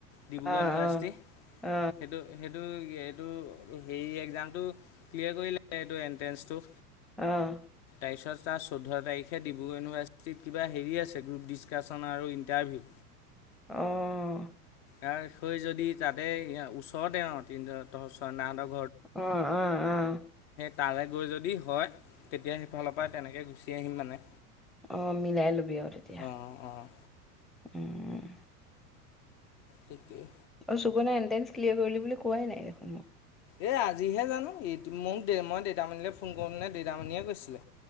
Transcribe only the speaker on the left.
ডিব্ৰুগড়
ইউনিভাৰ্চিটি,
সেইটো সেইটো এইটো হেৰি একজাম টো ক্লিয়াৰ কৰিলে সেইটো এণ্ট্ৰেন্সটো।
তাৰপিছত তাৰ চৈধ্য তাৰিখে ডিব্ৰুগড় ইউনিভাৰ্চিটিত কিবা হেৰি আছে, গ্ৰুপ ডিছকাশচন আৰু ইণ্টাৰভিউ।
ইয়াৰ <unintelligible> যদি তাতে ই ওচৰতে অ' তিন ছয়নাহতক।
তালে গৈ যদি হয়, তেতিয়া সেইফালৰ পৰা তেনেকে গুচি আহিম মানে।
অ', অ',
ঠিকেই।
এই আজিহে জানো, মোক দে মই দেউদামনিলে ফোন কৰোংতে দেউদামানিয়ে কৈছিলে।